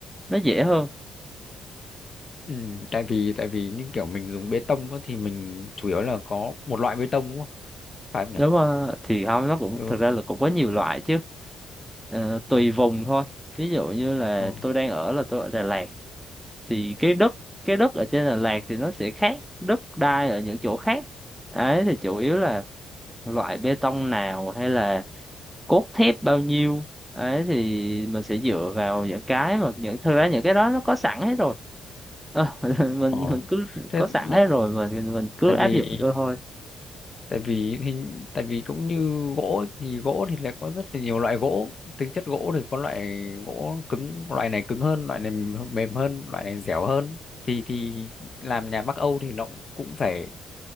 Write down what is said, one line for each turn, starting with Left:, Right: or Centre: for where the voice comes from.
Centre: nó dễ hơn
Left: ừ, tại vì tại vì những kiểu mình dùng bê tông á thì mình chủ yếu là có một loại bê tông đúng không phải không nhỉ
Centre: nếu mà thì không nó cũng
Left: ừ
Centre: thực ra là cũng có nhiều loại chứ Ờ, tùy vùng thôi ví dụ như là
Left: Ờ.
Centre: tôi đang ở là tôi ở Đà Lạt thì cái đất cái đất ở trên Đà Lạt thì nó sẽ khác đất đai ở những chỗ khác ấy thì chủ yếu là loại bê tông nào hay là cốt thép bao nhiêu ấy thì mình sẽ dựa vào những cái mà những thực ra những cái đó nó có sẵn hết rồi Ờ, <laughs> mình
Left: ờ
Centre: mình cứ
Left: thế
Centre: có sẵn
Left: lại-
Centre: hết rồi mình mình cứ
Left: tại
Centre: áp
Left: vì
Centre: dụng vô thôi
Left: tại vì hình tại vì cũng như gỗ ấy, thì gỗ thì lại có rất là nhiều loại gỗ tính chất gỗ thì có loại gỗ cứng loại này cứng hơn loại này mềm hơn loại này dẻo hơn thì thì làm nhà Bắc Âu thì nó cũng phải